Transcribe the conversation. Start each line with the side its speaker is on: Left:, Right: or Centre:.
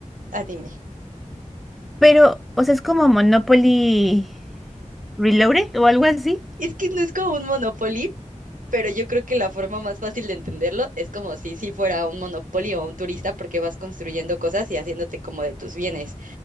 Right: ah, dime,
Centre: pero, o sea, es como Monopoly Reloaded o algo así.
Right: es que no es como un Monopoly, pero yo creo que la forma más fácil de entenderlo es como si, si fuera un Monopoly o un turista porque vas construyendo cosas y haciéndote como de tus bienes.